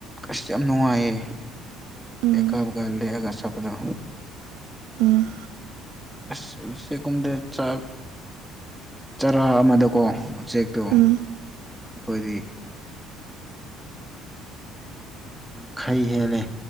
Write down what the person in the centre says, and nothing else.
ꯑꯁ ꯌꯥꯝ ꯅꯨꯡꯉꯥꯏꯌꯦ
ꯑꯦ ꯀꯥꯕ ꯒꯥꯟꯗ ꯍꯦꯛꯑꯒ ꯁꯄꯗꯣ
ꯑꯁ ꯎꯆꯦꯛꯒꯨꯝꯗꯦ ꯆꯥꯛ ꯆꯔꯥ ꯑꯃꯗꯀꯣ ꯎꯆꯦꯛꯇꯣ
ꯑꯩꯈꯣꯏ <inaudible> ꯈꯩ ꯍꯦꯜꯂꯦ